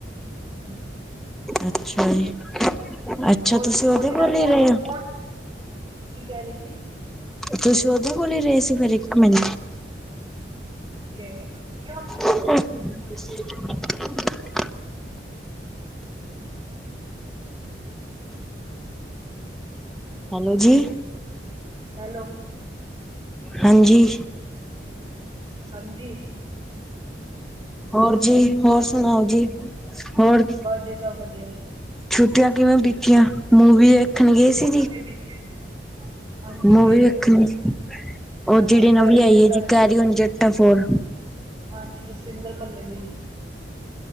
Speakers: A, on the right (about 25°); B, in the centre.
A: ਹੂੰ
B: ਅੱਛਾ ਜੀ। ਅੱਛਾ
A: ਉਹ
B: ਤੁਸੀਂ ਉਹਦੇ
A: ਉਹਦੀ
B: ਕੋਲ
A: ਨਾ ਪਹੁੰਚ
B: ਈ ਰਹੇ ਓ?
A: ਪਹੁੰਚ ਕੀ ਕਹਿ ਰਹੇ ਜੀ
B: ਤੁਸੀਂ ਓਹਦੇ ਕੋਲ ਈ ਰਹੇ ਸੀ ਫੇਰ ਇੱਕ ਮਿੰਟ?
A: ਕਿਉਂ, ਕਿਉਂ ਕੀ।
B: <inaudible> ਹੈਲੋ ਜੀ।
A: ਹੈਲੋ।
B: ਹਾਂਜੀ।
A: ਹਾਂਜੀ।
B: ਹੋਰ ਜੀ ਹੋਰ ਸੁਣਾਓ ਜੀ, ਹੋਰ।
A: ਬਸ ਜੀ ਸਬ ਵਦੀਆ
B: ਛੁੱਟੀਆਂ ਕਿਵੇਂ ਬੀਤੀਆਂ ਮੂਵੀ ਵੇ ਖਣ ਗਏ ਸੀ
A: ਬਹੁਤ
B: ਜੀ,
A: ਵਧੀਆ ਬੀਤੇ ਜੀ। ਹਾਂਜੀ
B: ਮੂਵੀ
A: ਗਏ ਸੀ
B: ਵੇਖਣ
A: ਜੀ,
B: ਉਹ
A: ਹਾਂਜੀ
B: ਜਿਹੜੀ ਨਵੀ
A: ਕੈਰੀ
B: ਆਈ
A: ਜੱਟਾ
B: ਐ ਜੀ ਕੈਰੀ ਔਨ ਜੱਟਾ ਫੋਰ
A: ਹਾਂਜੀ, ਜਸਵਿੰਦਰ ਭੱਲੇ ਦੀ